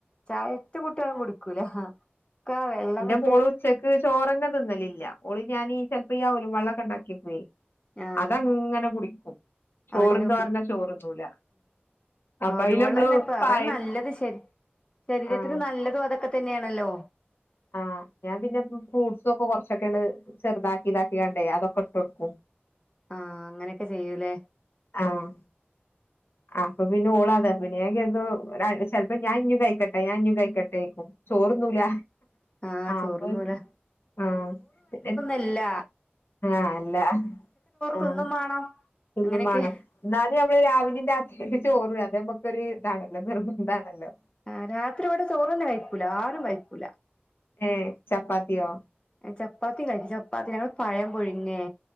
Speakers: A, on the left; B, on the left.
A: ചായ ഒറ്റ കുട്ട്യളും കുടിക്കൂല. ഒക്കെ വെള്ളംങ്ങട്ട്
B: ന്റെ മോള് ഉച്ചക്ക് ചോറന്നെ തിന്നലില്ല ഓള് ഞാനീ ചെൽപ്പ ഈ അ വലും വെള്ളൊക്കെണ്ടാക്കിക്ക്യോ.
A: ആഹ്
B: അതങ്ങനെ കുടിക്കും ചോർന്നോ
A: അതങ്ങനെ
B: പർഞ്ഞാ ചോറ്ന്നൂല അപ്പൊ
A: ഔലും
B: അയില്
A: വെള്ളന്നെ
B: നമ്മള്
A: ഇപ്പ അത
B: പായം
A: നല്ലത് ശ ശരീരത്തിന്
B: ആഹ്
A: നല്ലതും അതൊക്കെ തന്നെയാണല്ലോ.
B: ആഹ് ഞാൻ പിന്നെ ഫ്രൂട്ട്സൊക്കെ കൊർച്ചൊക്കെണ്ട്‌ ചെർതാക്കി ഇതാക്ക്യാണ്ടേ അതൊക്കെട്ടൊട്ക്കും.
A: ആഹ് അങ്ങനെയൊക്കെ ചെയ്യൂലേ.
B: ആഹ്. ആ അപ്പൊ പിന്നെ ഓളാതാ പിന്നെ ഞാൻ കര്തും ചെൽപ്പോ ഞാഞ്ഞുംകൈക്കട്ടെ ഞാഞ്ഞും കൈക്കട്ടേയ്ക്കും. ചോറൊന്നൂല
A: ആഹ്
B: ആ
A: ചോറ്ന്നൂല
B: അപ്പൊ ആഹ് പിന്നെ
A: ഇല്ല.
B: ആഹ് അല്ല ആഹ്
A: തിന്നും മാണം
B: ഇന്നും
A: അങ്ങനെയൊക്കെ
B: വേണം ഇന്നാല് നമ്മള് രാവിലെ രാത്രിയൊക്കെ ചോറ് അതമുക്കൊരു ഇതാണല്ലോ നിർബന്താണല്ലോ
A: ആഹ് രാത്രി ഇവിടെ ചോറന്നെ കഴിക്കുല ആരും കഴിക്കൂല
B: ഏഹ് ചപ്പാത്തിയോ
A: ചപ്പാത്തി കഴിച്ച് ചപ്പാത്തി ഞമ്മൾ പഴം പൊഴുങ്ങേ